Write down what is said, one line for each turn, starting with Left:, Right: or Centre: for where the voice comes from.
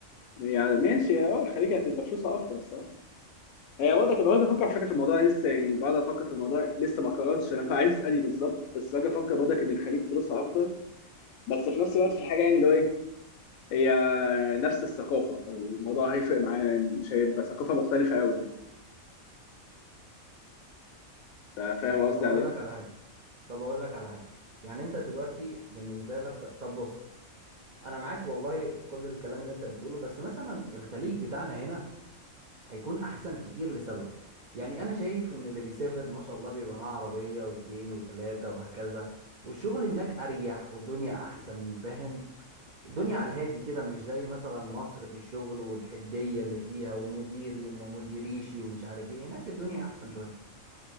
Left: يعني ماشي اه الخليج هتبقى فلوسها اكتر صح هي برضه كنت باجي افكر على فكره في الموضوع لسه يعني بقعد افكر في الموضوع لسه ما قررتش انا <laughs> عايز اني بالظبط بس باجي افكر برضه ان الخليج فلوسها اكتر بس في نفس الوقت في حاجه يعني اللي هو ايه هي نفس الثقافه فالموضوع هيفرق معايا لان مش هيبقى ثقافه مختلفه قوي يعني فا- فاهم
Right: طيب
Left: قصدي
Right: اقول
Left: على ايه؟
Right: لك على حاجه طب اقول لك على حاجه يعني انت دلوقتي بالنسبه لك ط- طب بص انا معاك والله في كل الكلام اللي انت بتقوله بس مثلا الخليج بتاعنا هنا هيكون احسن كتير لسبب يعني انا شايف ان اللي بيسافر ما شاء الله بيبقى معاه عربيه واتنين وتلاته وهكذا والشغل هناك اريح والدنيا احسن فاهم الدنيا على الهادي كده مش زي مثلا مصر في الشغل والحديه اللي فيها ومديري وما مديريشي ومش عارف ايه هناك الدنيا احسن شويه